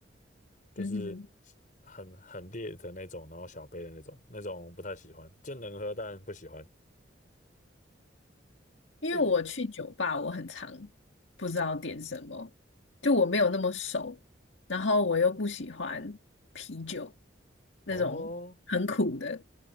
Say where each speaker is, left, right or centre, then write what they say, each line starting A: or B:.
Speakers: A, on the left; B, on the left.
A: 就是
B: 嗯哼，
A: 很很烈的那种，然后小杯的那种，那种不太喜欢，就能喝但不喜欢。
B: 因为我去酒吧，
A: 诶那
B: 我很常不知道点什么，就我没有那么熟，然后我又不喜欢啤酒那种很苦的，
A: 哦